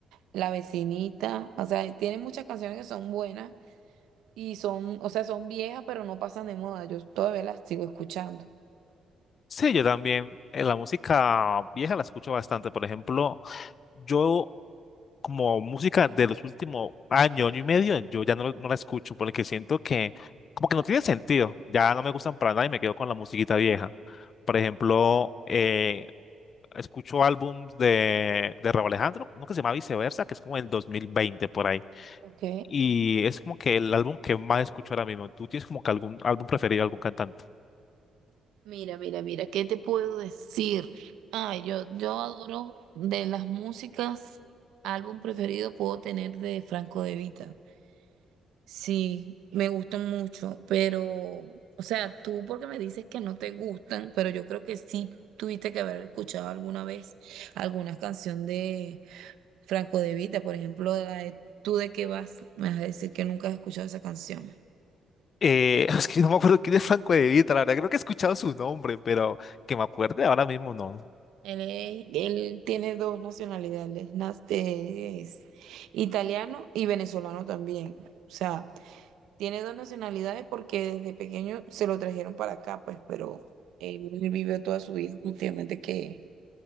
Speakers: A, on the right (about 85°); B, on the left (about 50°).
A: La vecinita, o sea, tiene muchas canciones que son buenas y son, o sea, son viejas, pero no pasan de moda. Yo todavía las sigo escuchando.
B: Sí, yo también. eh, la música vieja la escucho bastante. Por ejemplo, yo como música de los últimos años, año y medio, yo ya no, no la escucho porque siento que como que no tiene sentido. Ya no me gustan para nada y me quedo con la musiquita vieja. Por ejemplo, eh, escucho álbums de, de Raúl Alejandro, uno que se llama Viceversa, que es como el 2020 por ahí.
A: Ok.
B: Y es como que el álbum que más escucho ahora mismo. ¿Tú tienes como que algún álbum preferido de algún cantante?
A: Mira, mira, mira, ¿qué te puedo decir? Ay, yo, yo adoro de las músicas, álbum preferido puedo tener de Franco De Vita. Sí, me gustan mucho, pero, o sea, tú porque me dices que no te gustan, pero yo creo que sí tuviste que haber escuchado alguna vez alguna canción de, Franco De Vita, por ejemplo, la de ¿Tú de qué vas? Me vas a decir que nunca has escuchado esa canción.
B: Eh, <laughs> es que no me acuerdo quién es Franco De Vita, la verdad creo que he escuchado su nombre, pero que me acuerde ahora mismo no.
A: Él, es- él tiene dos nacionalidades, nas- eh, es italiano y venezolano también. O sea, tiene dos nacionalidades porque desde pequeño se lo trajeron para acá, pues, pero él vivió toda su vida últimamente que